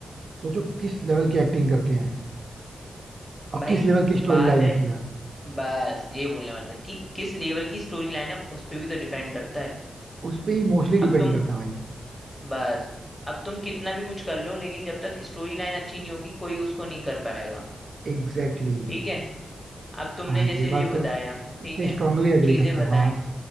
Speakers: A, on the right; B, on the left.
A: सोचो किस लेवल की एक्टिंग करते हैं और
B: भाई
A: किस लेवल की स्टोरी
B: बात
A: लाइन
B: है
A: होती है यार
B: बस ये बोलने वाला था कि किस लेवल की स्टोरी लाइन है उस पे भी तो डिपेंड करता है
A: उस पे ही मोस्टली डिपेंड
B: अब तुम
A: करता है भाई
B: बस अब तुम कितना भी कुछ कर लो लेकिन जब तक स्टोरी लाइन अच्छी नहीं होगी कोई उसको नहीं कर पाएगा
A: Exactly exactly.
B: ठीक है अब तुमने
A: हाँ
B: जैसे
A: ये बात
B: ये बताया
A: तो मैं इससे
B: ठीक है
A: स्ट्रांगली एग्री
B: चीजें
A: करता
B: बताई
A: हूँ हाँ